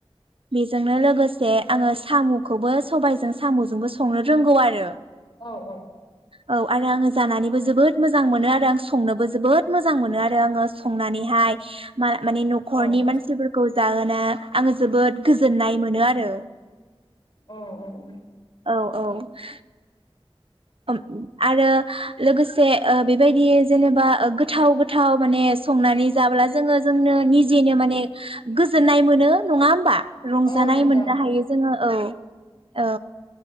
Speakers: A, on the right (about 65°); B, on the left (about 50°).
A: बेजोंनो लागो से आङो सामु खौबो सबायजों सामुजोंबो संनो रोंगौ आरो।
B: औ औ।
A: औ आरो आङो जानानैबो जोबोद मोजां मोनो आरो आं संनोबो जोबोद मोजां मोनो आरो आङो संनानैहाय मा माने न'खरनि
B: औ
A: मानसिफोरखौ जाहोना आङो जोबोद गोजोननाय मोनो आरो।
B: औ औ औ।
A: औ औ <unintelligible> ओम आरो लोगोसे ओ बेबायदि जेनेबा ओ‌ गोथाव गोथाव माने संनानै जाब्ला जोङो जोंनो निजेनो माने गोजोननाय मोनो नङा होमबा? रंजानाय
B: औ नोंथां
A: मोननो हायो जोङो औ। औ